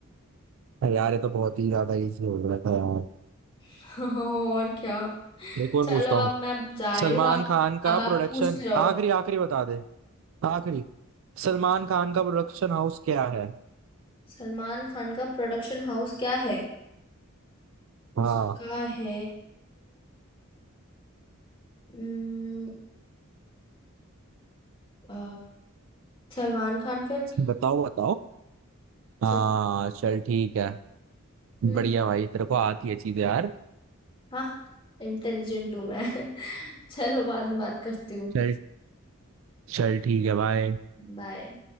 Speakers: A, on the right (about 60°); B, on the left (about 25°).
A: अरे यार ये तो बहुत ही ज्यादा इजी हो गया था यार
B: <laughs> और क्या
A: एक और
B: चलो
A: पूछता हूँ
B: अब मैं जा
A: सलमान
B: रही हूँ आप
A: खान का
B: अब आप
A: प्रोडक्शन
B: पूछते रहो
A: आखिरी आखिरी बता दे आखिरी सलमान खान का प्रोडक्शन हाउस क्या है
B: सलमान खान का प्रोडक्शन हाउस क्या है
A: हाँ
B: उसका है हम्म, अ, सलमान खान फिल्म
A: बताओ बताओ हाँ
B: सल,
A: चल ठीक है
B: हम्म,
A: बढ़िया भाई तेरे को आती है चीजें यार
B: हाँ इंटेलिजेंट हूँ मैं <laughs> चलो बाद में बात करती हूँ
A: चल चल ठीक है भाई
B: बाय